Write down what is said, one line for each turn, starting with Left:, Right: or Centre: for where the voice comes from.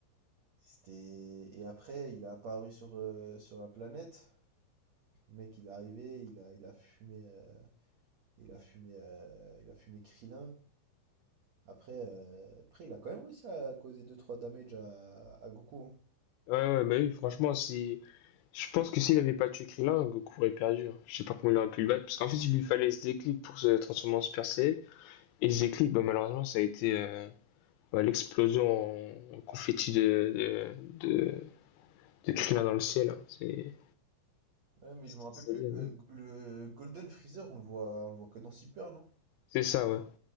Right: C'était... Et après, il est apparu sur, euh, sur la planète. Le mec, il est arrivé, il a, il a fumé, euh, il a fumé, euh, il a fumé Krillin. Après, euh, après, il a quand même réussi à causer deux trois damage à, à Goku. hein.
Left: Ouais, ouais, bah oui, franchement, si... je pense que s'il avait pas tué Krillin, Goku aurait perdu. hein. Je sais pas comment il aurait pu le battre, parce qu'en fait, il lui fallait ce déclic pour se transformer en Super Saiyan. Et ce déclic, bah, malheureusement, ça a été euh, bah, l'explosion en... en confetti de, de, de, de Krillin dans le ciel. hein. C'est
Right: Ouais, mais
Left: c'est
Right: je me
Left: triste
Right: rappelle plus.
Left: à mais-
Right: Euh, le Golden Freezer, on le voit, on le voit que dans Super, non?
Left: C'est ça, ouais.